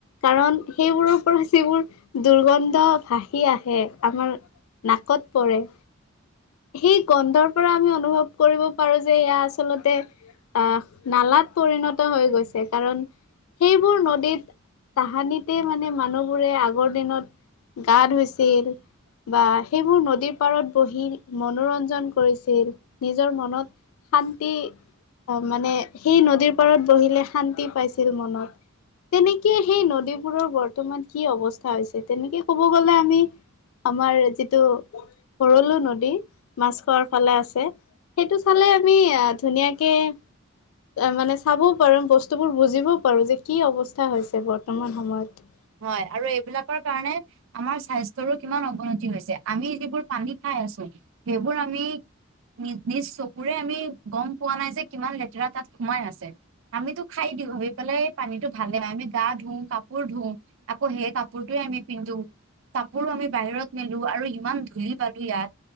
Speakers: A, on the left; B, on the right.
A: কাৰণ সেইবোৰৰ পৰা যিবোৰ দুৰ্গন্ধ ভাসি আহে আমাৰ নাকত পৰে। সেই গন্ধৰ পৰা আমি অনুভৱ কৰিব পাৰো যে ইয়া আচলতে আহ, নালাত পৰিণত হৈ গৈছে কাৰণ সেইবোৰ নদীত তাহানিতে মানে মানুহবোৰে আগৰ দিনত গা ধুইছিল বা সেইবোৰ নদীৰ পাৰত বহি মনোৰঞ্জন কৰিছিল নিজৰ মনত শান্তি অহ, মানে সেই নদীৰ পাৰত বহিলে শান্তি পাইছিল মনত। তেনেকে সেই নদীবোৰৰ বৰ্তমান কি অৱস্থা হৈছে তেনেকে ক'ব গলে আমি আমাৰ যিটো ভৰলো নদী মাছ খোৱাৰ ফালে আছে সেইটো চালে আমি আ ধুনীয়াকে মানে চাবও পাৰো বস্তুবোৰ বুজিবও পাৰো যে কি অৱস্থা হৈছে বৰ্তমান সময়ত।
B: হয়, আৰু এইবিলাকৰ কাৰণে আমাৰ স্বাস্থ্যৰো কিমান অৱনতি হৈছে আমি যিবোৰ পানী খাই খাই আছো সেইবোৰ আমি নিজ -নিজ চকুৰে আমি গম পোৱা নাই যে কিমান লেতেৰা তাত সোমাই আছে আমিতো খাই দি ভাবি পেলাই পানীটো ভালে নাই আমি গা ধো, কাপোৰ ধো, আকৌ সেই কাপোৰটো আমি পিন্ধো। কাপোৰো আমি বাহিৰত মেলো আৰু ইমান ধূলি -বালি ইয়াত